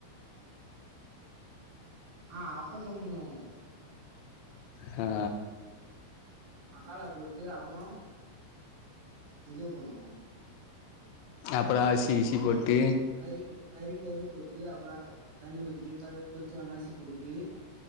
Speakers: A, on the right; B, on the left.
A: ஆ அப்ப நம்ம எல்லாம் ஒன்னு
B: ஹா
A: மசாலா போட்டு அப்றோ இடிவு பண்ணுவே
B: அப்றோ அர்சி இர்சி
A: க
B: போட்டு
A: கறி கொஞ் கறி கறி போட்டு அப்றோ தண்ணி ஊத்திட்டு கொச்சோ நசிக்கி டுந்